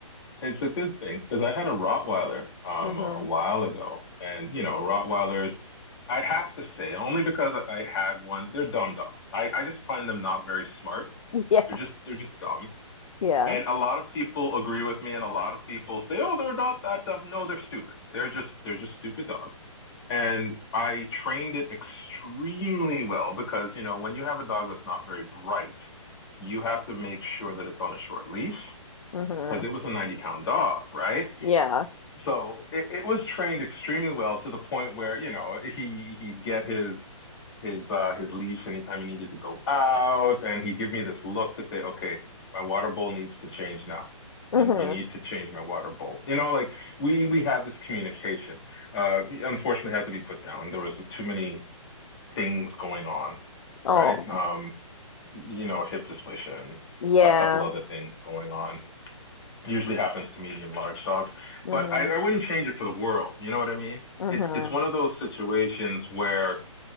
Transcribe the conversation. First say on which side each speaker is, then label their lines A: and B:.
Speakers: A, on the left; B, on the left.
A: it's a good thing because I had a Rottweiler um
B: hmm
A: a, a while ago and you know Rottweilers I have to say only because I had one they're dumb dogs I I just find them not very smart
B: Yeah.
A: they're just they're just dumb
B: Yeah.
A: And a lot of people agree with me, and a lot of people say, "Oh, they're not that dumb." No, they're stupid. They're just they're just stupid dogs. And I trained it extremely well because, you know, when you have a dog that's not very bright, you have to make sure that it's on a short leash
B: hmm
A: because it was a 90 pound dog, right?
B: Yeah.
A: so it, it was trained extremely well to the point where you know he he'd get his his uh his leash anytime he needed to go out and he'd give me this look to say okay my water bowl needs to change now
B: hmm
A: you you need to change my water bowl you know like we we had this communication uh unfortunately had to be put down there was too many things going on
B: Oh,
A: right um you know hip dysplasia and
B: yeah.
A: a couple other things going on usually happens to medium large dogs.
B: hmm
A: But I, I wouldn't change it for the world. You know what I mean?
B: hmm
A: It's it's one of those situations where